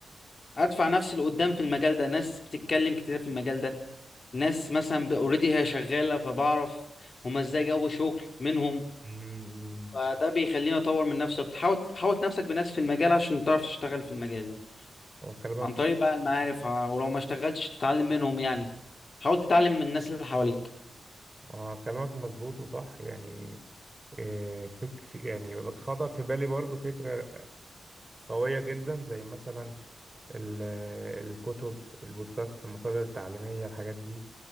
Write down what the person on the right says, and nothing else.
امم
كلامك
اه كلامك مظبوط وصح يعني إيه، فك في- يعني خطر في بالي برضو فكرة قوية جدا زي مثلا ال- الكتب البودكاست المصادر التعليمية الحاجات دي